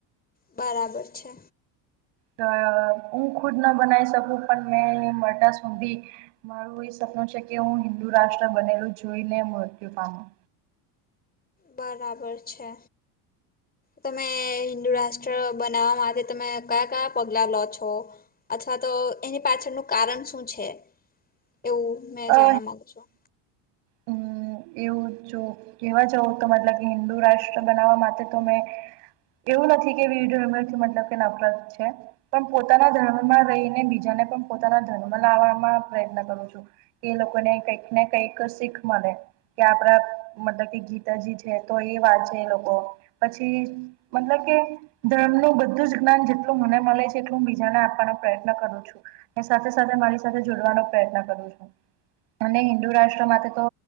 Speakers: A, on the left; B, on the right.
A: બરાબર છે.
B: હા હુ ખુદ ના બનાઈ શકું! પણ મેં મટા સૂંધી મારું એ સપનું છે કે, હું હિન્દુ રાષ્ટ્ર બનેલું જોઈને મૃત્યુ પામું.
A: બરાબર છે તમે હિન્દુ રાષ્ટ્ર બનાવવા માટે તમે કયા કયા પગલા લો છો? અથવા તો એની પાછળનું કારણ શું છે, એવું મેં
B: અ
A: જાણવા માંગુ છું?
B: હમ. એવું જો કહેવા જવું તો મતલબ કે હિન્દુ રાષ્ટ્ર બનાવવા માટે તો મેં એવું નથી કે વિડીયો એમથી મતલબ કે નફરત છે. પન પોતાના ધર્મમાં રહીને બીજાને પન પોતાના ધર્મમાં લાવાવામાં પ્રયત્ન કરું છું. કે લોકોને કઈક ને કઈક શીખ મલે. કે આપડા મતલબ કે ગીતાજી છે તો એ વાંચે એ લોકો પછી મતલબ કે ધર્મનું બધું જ્ઞાન જેટલું મને મલે છે, એટલું હું બીજાને આપવાનો પ્રયત્ન કરું છું. ને સાથે સાથે મારી સાથે જોડવાનો પ્રયત્ન કરું છું. અને હિન્દુ રાષ્ટ્ર માતે તો